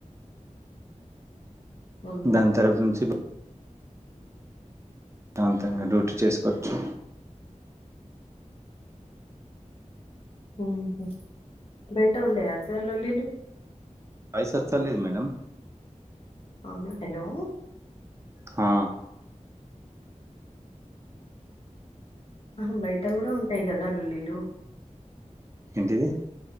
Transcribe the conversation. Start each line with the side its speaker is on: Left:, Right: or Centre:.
Left: అవునా
Right: దాని తరపు నుంచి ప్రశాంతంగా డ్యూటీ చేసుకోవచ్చు
Left: ఉహు బయట ఉండయ సర్ లొల్లిలు
Right: వాయిస్ అస్త లేదు మేడమ్
Left: అవునా హలో
Right: హా
Left: అహ బయట కూడా ఉంటాయి కదా లొల్లీలు
Right: ఏంటిది